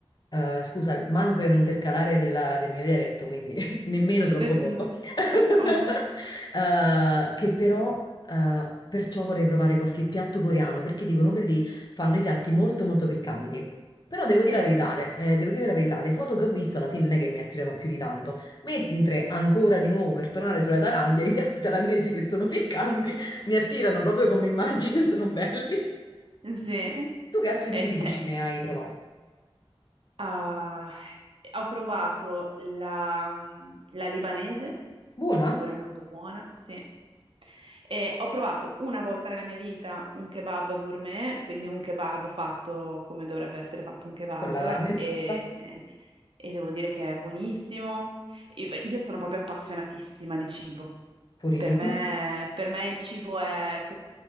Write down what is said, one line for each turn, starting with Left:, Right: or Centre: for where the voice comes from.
Left: Eh, scusa, il manco è un intercalare della- del mio dialetto, quindi <laughs> nemmeno troppo
Right: Eh, mm,
Left: poco. <laughs>
Right: mhm,
Left: Eh, che però, eh, perciò vorrei provare qualche piatto coreano, perché dicono che lì fanno i piatti molto molto piccanti. Però devo
Right: Sì,
Left: dire la verità, eh, devo dire la verità, le foto che ho visto alla fine non è che mi attirano più di tanto. Mentre ancora di nuovo per tornare sulla Thailandia, i piatti thailandesi che sono piccanti mi attirano proprio come immagine, sono belli.
Right: sì.
Left: Tu che altri tipi
Right: Eh,
Left: di
Right: beh.
Left: cucine hai provato?
Right: Ah, ho provato la, la libanese,
Left: Buona?
Right: che è pure molto buona, sì. E ho provato una volta nella mia vita un kebab gourmet, quindi un kebab fatto come dovrebbe essere fatto un kebab,
Left: Con la carne
Right: e,
Left: giusta?
Right: e devo dire che è buonissimo. Io beh, io sono proprio appassionatissima di cibo.
Left: Pure
Right: Per
Left: io.
Right: me, per me il cibo è... cioè,